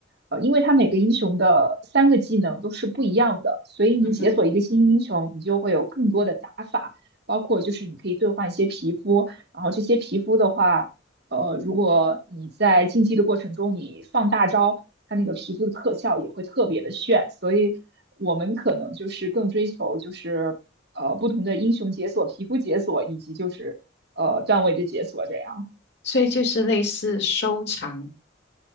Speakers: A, on the right; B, on the left.
A: 呃，因为它每个英雄的三个技能都是不一样的，所以你解锁一个新英雄，
B: 嗯哼，
A: 你就会有更多的打法包括就是你可以兑换一些皮肤，然后这些皮肤的话，呃，如果你在竞技的过程中你放大招，它那个皮肤的特效也会特别的炫，所以我们可能就是更追求就是呃不同的英雄解锁、皮肤解锁以及就是呃段位的解锁这样。
B: 所以就是类似收藏、